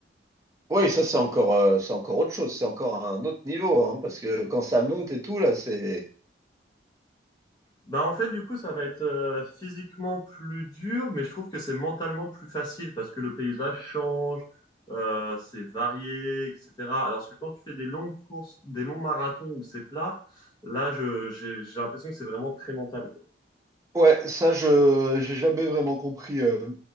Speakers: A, on the right; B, on the left.
A: Oui, ça c'est encore, euh, c'est encore autre chose, c'est encore un autre niveau, hein, parce que quand ça monte et tout, là, c'est
B: Bah, en fait, du coup, ça va être euh, physiquement plus dur, mais je trouve que c'est mentalement plus facile parce que le paysage change, euh, c'est varié, etc. Alors que quand tu fais des longues courses, des longs marathons où c'est plat, là, je, j'ai, j'ai l'impression que c'est vraiment très mental,
A: Ouais, ça, je j'ai jamais vraiment compris. euh,